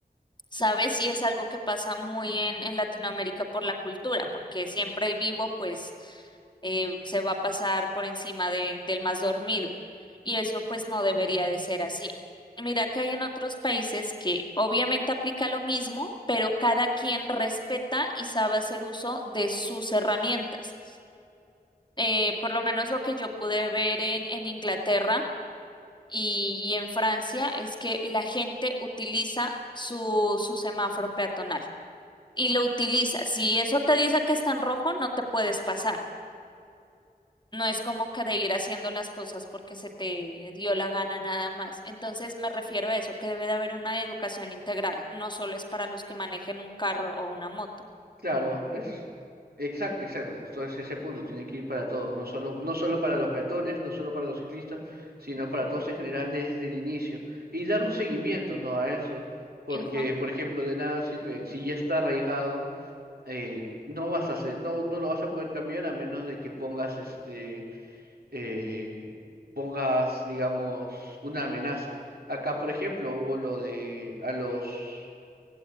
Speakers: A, on the left; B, on the right.
A: ¿Sabes? Y es algo que pasa muy en, en Latinoamérica por la cultura, porque siempre el vivo, pues, eh, se va a pasar por encima de- del más dormido. Y eso, pues, no debería de ser así. Mira que hay en otros países que obviamente aplica lo mismo, pero cada quien respeta y sabe hacer uso de sus herramientas. Eh, por lo menos lo que yo pude ver en en Inglaterra y, y en Francia es que la gente utiliza su, su semáforo peatonal y lo utiliza. Si eso te dice que está en rojo, no te puedes pasar. No es como que de ir haciendo las cosas porque se te dio la gana nada más. Entonces me refiero a eso, que debe de haber una educación integral, no solo es para los que manejen un carro o una moto.
B: Claro, es exacto, exacto, justo es ese punto, tiene que ir para todos, no solo, no solo para los peatones, no solo para los ciclistas, sino para todos en general desde el inicio. Y dar un seguimiento, ¿no? a eso, porque,
A: Ujú,
B: por ejemplo, de nada sirve, si ya está arraigado, eh, no vas a hacer, no, no lo vas a poder cambiar a menos de que pongas este eh, pongas, digamos, una amenaza. Acá, por ejemplo, hubo lo de a los